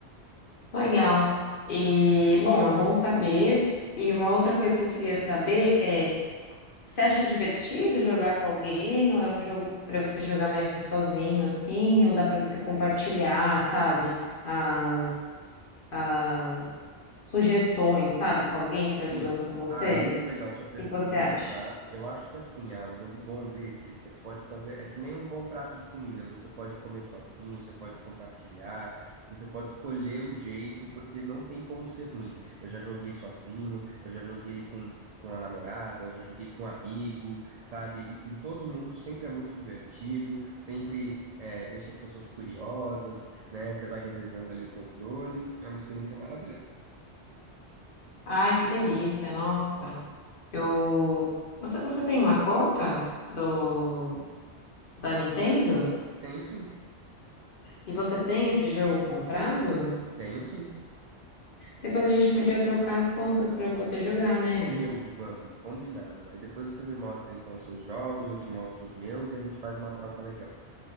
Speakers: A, on the left; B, on the right.
A: Legal. E, bom, é bom saber. E uma outra coisa que eu queria saber é, você acha divertido jogar com alguém ou é um jogo para você jogar mais sozinho assim, ou dá para você compartilhar, sabe, as as sugestões, sabe, com alguém que
B: Sim.
A: tá jogando com você?
B: Ah, é muito legal sua pergunta,
A: O que que você acha?
B: tá? Eu acho que assim, ah, um jogo bom desse, você pode fazer, é que nem um bom prato de comida, você pode comer sozinho, você pode compartilhar, você pode escolher o jeito, porque não tem como ser ruim. Eu já joguei sozinho, eu já joguei com, com a namorada, eu já joguei com um amigo, sabe? E com todo mundo sempre é muito divertido, sempre é, deixa as pessoas curiosas, né? Você vai revezando ali o controle, é uma experiência maravilhosa.
A: Ai, que delícia, nossa. Eu Você você tem uma conta do da Nintendo?
B: Tenho sim,
A: E você tem esse jogo comprado?
B: tenho sim.
A: Depois a gente podia trocar as contas para eu poder jogar, né?
B: Meu, vamos, combinado. Aí depois você me mostra então os seus jogos, eu te mostro os meus e a gente faz uma troca legal.